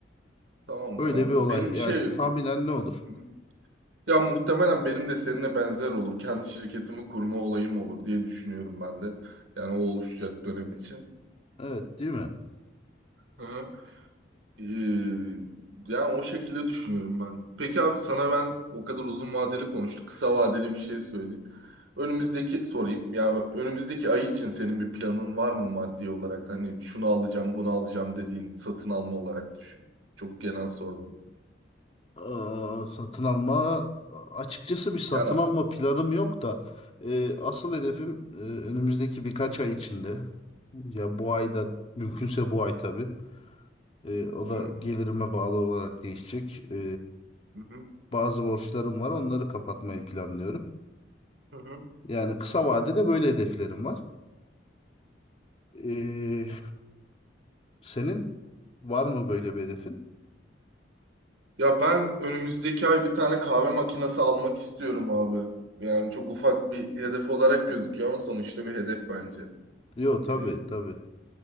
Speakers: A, on the right; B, on the left.
A: Tamamdır
B: Öyle
A: abi.
B: bir olay.
A: Benim
B: Yani
A: şey... Hı
B: tahminen ne olur?
A: hı. Ya muhtemelen benim de seninle benzer olur. Kendi şirketimi kurma olayım olur diye düşünüyorum ben de. Yani o oluşacak dönem için.
B: Evet, değil mi?
A: Hı hı. Ee, yani o şekilde düşünüyorum ben. Peki abi sana ben o kadar uzun vadeli konuştuk. Kısa vadeli bir şey söyleyeyim. Önümüzdeki sorayım. Ya önümüzdeki ay için senin bir planın var mı maddi olarak? Hani şunu alacağım, bunu alacağım dediğin satın alma olarak düşün. Çok genel sordum.
B: Aa, satın alma açıkçası bir satın
A: Yani
B: alma planım yok da e, asıl hedefim e, önümüzdeki birkaç ay içinde ya bu ayda mümkünse bu ay tabii E, o
A: Hı
B: da
A: hı,
B: gelirime bağlı olarak değişecek. E,
A: hı hı.
B: bazı borçlarım var onları kapatmayı planlıyorum.
A: hı. hı.
B: Yani kısa vadede böyle hedeflerim var. E, senin var mı böyle bir hedefin?
A: Ya ben önümüzdeki ay bir tane kahve makinesi almak istiyorum abi. Yani çok ufak bir hedef olarak gözüküyor ama sonuçta bir hedef bence.
B: Yok tabii
A: Ee,
B: tabii